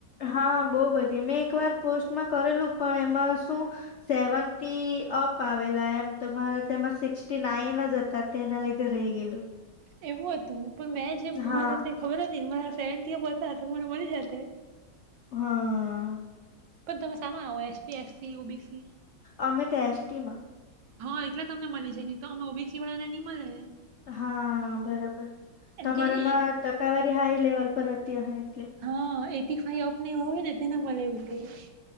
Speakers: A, on the left; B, on the right.
A: હા બહુ બધી મેં એક વાર પોસ્ટમાં કરેલું પણ એમાં શું સેવન્ટી અપ આવેલા એમ તમારા તેમાં સિક્સટી નાઈન જ હતા તેના લીધે રહી ગયેલું.
B: એવું હતું. પણ મેં જે
A: હા
B: મને તે ખબર હતી ને મારા સેવન ટી અપ હતા. તમારે મળી જાતે.
A: હા.
B: પણ તમે સામે આવો? S T, S C, O B C
A: અમે તો એસ ટી મા
B: હા એટલે તમને મલી જાય ની તો અમને ઓ બી સી વાલા ને ની મળે.
A: હા બરાબર
B: એમ
A: તમારામાં
B: કે એ
A: ટકાવારી હાઈ લેવલ પર અતી અહે.
B: હા એટી ફાઈવ અપ હોય ને તેને મલે એવું કેય.